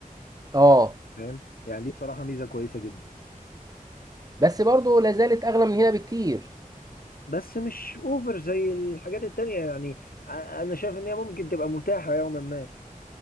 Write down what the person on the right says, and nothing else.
اه
بس برضه لا زالت أغلى من هنا بكتير